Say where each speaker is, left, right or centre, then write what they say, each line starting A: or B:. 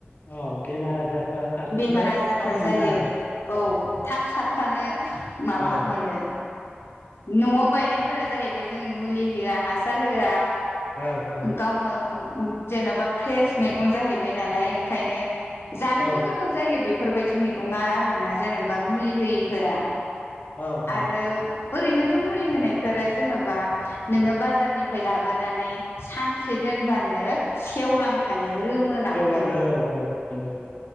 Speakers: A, on the left; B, on the left.
A: औ बेमार आजारफोरा साग्लोबनो
B: बेमार आजारफोर
A: खाबु
B: जायो
A: मोनो आरो
B: औ थाब साब बिफानो माबा
A: औ
B: मोनो न'आव गायनायफोरा
A: दा
B: जाहैबाय जों मुलि होआ हासार होआ
A: औ औ
B: गावनो जेन'बा फ्रेस मैगं जाहैबाय नालाय ओंखायनो जानोबो
A: औ
B: गोथाव जायो बेफोरबायदि मैगङा आरो ना जेनेबा मुलि होयिफोरा
A: औ
B: आरो
A: औ
B: ओरैनोथ' मुलि होनायफोरा जेन'बा नोङो बाजारनिफ्राय लाबो सानसे दोनबानो सेवलांखायो रोमोलांखायो।
A: गेवलाङो औ औ नंगौ